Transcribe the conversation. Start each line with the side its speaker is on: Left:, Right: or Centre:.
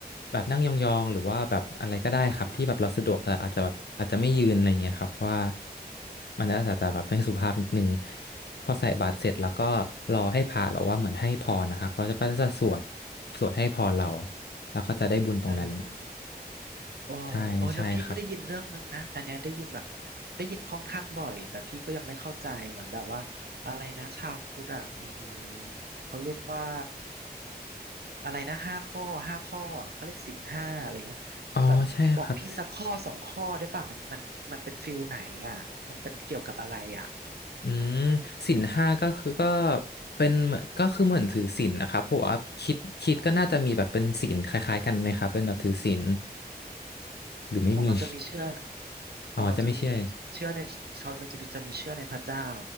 Left: แบบนั่งยองๆหรือว่าแบบอะไรก็ได้ครับที่แบบเราสะดวกแต่อาจจะแบบอาจจะไม่ยืนอะไรงเงี้ยครับเพราะว่า
Right: อ่า
Left: มันอาจจะแบบไม่สุภาพนิดนึง
Right: อืม
Left: พอใส่บาตรเสร็จแล้วก็รอให้พระแบบว่าเหมือนให้พรนะคะเขาก็จะสวดสวดให้พรเราแล้วก็จะได้บุญตรงนั้น
Right: เออโอ้โอ้แล้วพี่ก็ได้ยินเรื่องหนึ่งนะอันเนี้ยได้ยินแบบ
Left: ใช่ใช่ครับ
Right: ได้ยินค่อนข้างบ่อยแต่พี่ก็ยังไม่เข้าใจเหมือนแบบว่าอะไรนะชาวพุทธอะมีเขาเรียกว่าอะไรนะห้าข้อห้าข้ออะเขาเรียกศีลห้าอะไรเงี้ยแบบบอกพี่สักข้อสองข้อได้ป่ะมันมันมันเป็นฟิลไหนอ่ะมันเป็นเกี่ยวกับอะไรอ่ะ
Left: อ๋อใช่ครับ อืมศีลห้าก็คือก็เป็นเหมือนก็คือเหมือนถือศีลนะครับผมว่าคิดคิดก็น่าจะมีแบบเป็นศีลคล้ายๆกันไหมครับเป็นแบบถือศีลหรือไม่มี
Right: ของเราจะมีเชื่อ
Left: อ๋อจะไม่ใช่
Right: ของเราจะมีเชื่อในของเราจะมีจะมีเชื่อในพระเจ้า